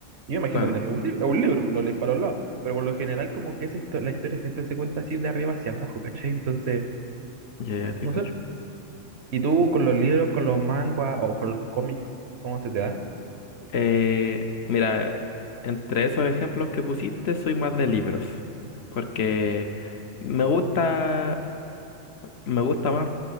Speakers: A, on the right; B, on the left.
A: Yo me
B: claro.
A: imagino que es un, li- es un libro, lo lees para los lados. Pero por lo general, como que esa histo- la historia siempre se cuenta así de arriba hacia abajo, ¿cachai? Entonces,
B: Ya, ya te
A: no
B: cacho.
A: sé. ¿Y tú con los libros, con los mangas o con los cómics, cómo se te da?
B: Eh, mira, entre esos ejemplos que pusiste, soy más de libros. Porque me gusta, me gusta más,